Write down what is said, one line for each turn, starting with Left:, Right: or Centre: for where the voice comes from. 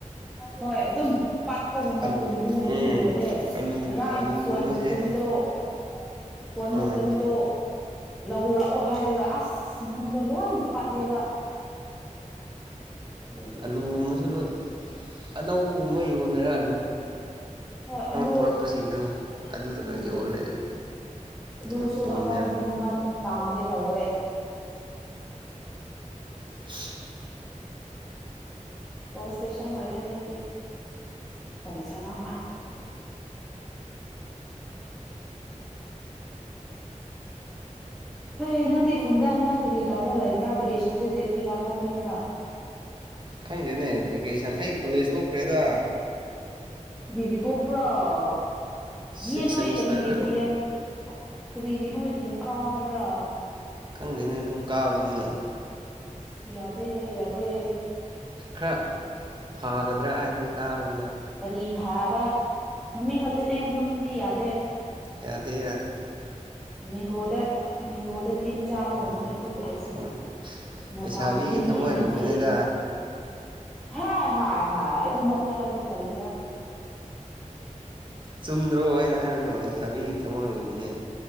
Centre: ꯍꯣꯏ ꯑꯗꯨꯝ ꯄꯥꯠꯄꯒꯨꯝꯕ
Right: ꯑꯂꯨ
Centre: ꯄꯨꯝꯕꯒꯨꯝꯕꯗꯣ
Right: ꯎꯝ
Centre: ꯌꯣꯜꯂꯦ
Right: ꯑꯂꯨ
Centre: ꯉꯔꯥꯡ
Right: ꯑꯂꯨꯒꯨꯝꯕꯁꯦ
Centre: ꯈꯣꯟꯕꯨ ꯇꯣꯃꯦꯇꯣ <unintelligible>
Right: ꯎꯝ
Centre: <unintelligible> ꯇꯣꯃꯦꯇꯣ ꯂꯧꯔꯛꯑꯣ ꯍꯥꯏꯔꯒ ꯑꯁ ꯃꯅꯨꯡꯗꯣ ꯂꯣꯏꯅ ꯄꯠꯂꯦꯕ꯫ ꯑꯗꯨꯒꯤ
Right: ꯑꯂꯨ ꯑꯃꯁꯨ ꯂꯣꯏ ꯑꯅꯧꯕꯒꯨꯝꯕ ꯌꯣꯟꯅꯔ
Centre: ꯍꯣꯏ ꯑꯂꯨ
Right: ꯄꯨꯔꯛꯄꯁꯤꯡꯗꯣ ꯑꯗꯨꯗ ꯈꯛ
Centre: ꯎꯝ
Right: ꯌꯣꯜ ꯂꯩꯔꯦ
Centre: ꯑꯂꯨꯁꯨ
Right: ꯂꯣꯏ ꯄꯨꯝꯃꯦꯕ
Centre: ꯑꯅꯧꯕꯗꯤ ꯃꯃꯟ ꯇꯥꯡꯒꯦ ꯇꯧꯋꯦ꯫
Right: <unintelligible>
Centre: ꯀꫭꯜ ꯏꯁꯇꯦꯁꯟ ꯑꯣꯏꯔꯦ ꯍꯧꯖꯤꯛꯇꯤ ꯍꯣꯂꯣ ꯁꯅꯥꯃ ꯍꯣꯏ ꯅꯪꯗꯤ ꯈꯨꯟꯗ ꯍꯟꯗꯛ ꯀꯔꯤ ꯇꯧꯔ ꯂꯩꯕ꯭ꯔꯥ ꯚꯦꯀꯦꯁꯟꯁꯦ ꯗꯦꯠ ꯀꯌꯥꯐꯧ ꯄꯤꯕ꯭ꯔꯥ꯫
Right: ꯈꯪꯗꯦꯅꯦ ꯚꯦꯀꯦꯁꯟ ꯑꯩ ꯀꯣꯂꯦꯖ ꯇꯣꯛꯈ꯭ꯔꯦꯗ꯫
Centre: ꯀꯔꯤꯒꯤ ꯇꯣꯛꯄ꯭ꯔꫭ꯫ ꯗꯤ
Right: ꯁꯤꯛꯁ
Centre: ꯑꯦꯝ ꯅꯣꯏ
Right: ꯁꯦꯃꯤꯁꯇꯔꯗ
Centre: ꯀꯔꯤꯒꯦ ꯗꯤ ꯑꯦꯝ ꯀꯔꯤꯒꯤ ꯅꯣꯏ ꯗꯤ ꯑꯦꯝ ꯀꯥꯎ ꯍꯥꯏꯕ꯭ꯔꫭ꯫
Right: ꯈꯪꯗꯦꯅꯦ ꯑꯗꯨꯝ ꯀꯥꯕꯅꯤꯅ
Centre: ꯑꯁ ꯌꯥꯗꯦ-ꯌꯥꯗꯦ꯫
Right: ꯈꯔ ꯐꯥꯒꯗ꯭ꯔꯥ ꯍꯥꯏꯅꯗꯤ ꯀꯥꯕꯅꯤ꯫
Centre: ꯀꯔꯤ ꯐꯥꯕ ꯃꯃꯤꯡ ꯈꯛꯇꯅꯦ ꯃꯅꯨꯡꯗꯗꯤ ꯌꯥꯗꯦ꯫
Right: ꯌꯥꯗꯦ-ꯌꯥꯗꯦ꯫
Centre: ꯃꯤꯡꯒꯣꯗ ꯃꯤꯡꯉꯣꯗꯥ ꯇꯤꯟ ꯆꯥꯕꯒꯨꯝꯕꯅꯦ
Right: ꯎꯝ
Centre: ꯑꯩꯈꯣꯏ ꯀꯣꯂꯦꯖꯁꯦ
Right: ꯍꯣꯏ
Centre: ꯃꯄꯥꯟꯗꯗꯤ
Right: ꯂꯩꯁꯥꯕꯤꯒꯤ ꯊꯃꯣꯏꯒꯨꯝꯕꯅꯤꯗ
Centre: ꯃꯤꯅꯗꯤ ꯍꯥꯏ ꯍꯥꯏ ꯍꯥꯏ ꯑꯗꯨꯃꯛꯇꯤ ꯍꯥꯏꯒꯅꯨ ꯀꯔꯤꯒꯤꯔꯥ
Right: ꯆꯨꯝꯗ꯭ꯔꯣ ꯑꯩꯅꯥ ꯍꯥꯏꯅ ꯍꯥꯏꯕꯗꯣ ꯂꯩꯁꯥꯕꯤ ꯊꯃꯣꯏꯒꯨꯝꯕꯅꯤ